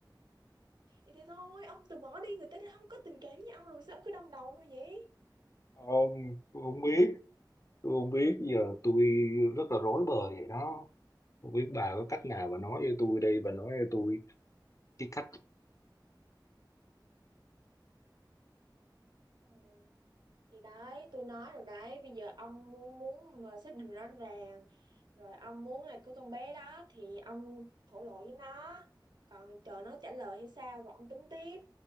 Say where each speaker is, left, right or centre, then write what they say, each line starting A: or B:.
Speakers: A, on the right (about 65°); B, on the left (about 40°).
A: thì thế thôi ông từ bỏ đi người ta đã không có tình cảm với ông rồi sao ông cứ đâm đầu như vậy
B: Ông, tôi không biết, tôi không biết, giờ tôi rất là rối bời vậy đó. Không biết bà có cách nào bà nói với tôi đây, bà nói với tôi cái cách.
A: Ừ. thì đấy tôi nói rồi đấy bây giờ ông muốn muốn mà xác định rõ ràng rồi ông muốn là có con bé đó thì ông thổ lộ với nó còn chờ nó trả lời hay sao rồi ông tính tiếp